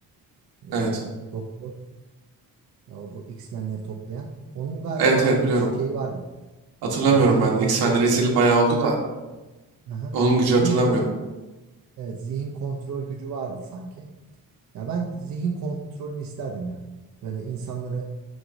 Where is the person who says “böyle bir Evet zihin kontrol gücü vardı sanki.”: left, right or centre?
Right